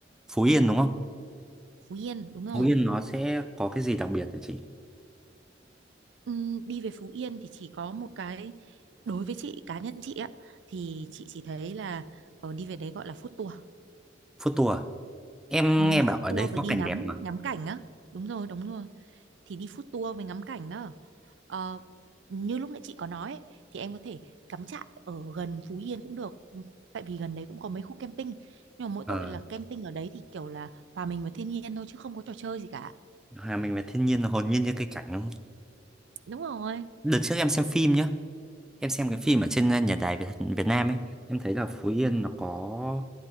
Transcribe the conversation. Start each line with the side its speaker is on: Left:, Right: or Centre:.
Centre: Phú Yên đúng không
Right: Phú Yên đúng rồi
Centre: Phú Yên nó sẽ có cái gì đặc biệt hả chị
Right: Ừm, đi về Phú Yên thì chỉ có một cái đối với chị cá nhân chị á thì chị chỉ thấy là ờ, đi về đấy gọi là food tour
Centre: Food tour à? em
Right: Ừ,
Centre: nghe bảo
Right: food
Centre: ở
Right: ừ. tour
Centre: đấy
Right: và
Centre: có
Right: đi
Centre: cảnh
Right: ngắm
Centre: đẹp mà
Right: ngắm cảnh á đúng rồi đúng rồi thì đi food tour với ngắm cảnh đó Ờ, như lúc nãy chị có nói ấy, thì em có thể cắm trại ở gần Phú Yên cũng được Ừ, tại vì gần đấy cũng có mấy khu camping nhưng mà mỗi
Centre: ờ
Right: tội là camping ở đấy thì kiểu là hòa mình vào thiên nhiên thôi chứ không có trò chơi gì cả
Centre: hòa mình về thiên nhiên là hồn nhiên như cây cảnh đúng không
Right: đúng rồi
Centre: đợt trước em xem phim nhá em xem cái phim ở trên uh, nhà đài Việt, Việt Nam ấy em thấy là Phú Yên nó có